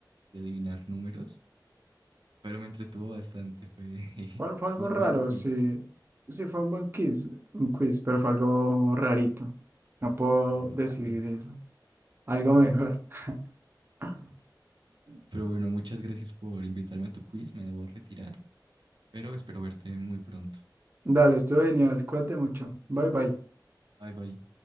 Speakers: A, on the right; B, on the right.
A: de adivinar números, pero me entretuvo bastante, fue, <laughs>
B: Fue, fue
A: fue
B: algo
A: un
B: raro,
A: buen quiz,
B: sí. Sí, fue un buen quiz, un quiz, pero fue algo rarito. No puedo
A: algo
B: decir
A: raro.
B: algo mejor. <laughs>
A: Pero bueno, muchas gracias por invitarme a tu quiz. Me debo retirar, pero espero verte muy pronto.
B: Dale, estuvo genial. Cuídate mucho. Bye bye.
A: Bye bye.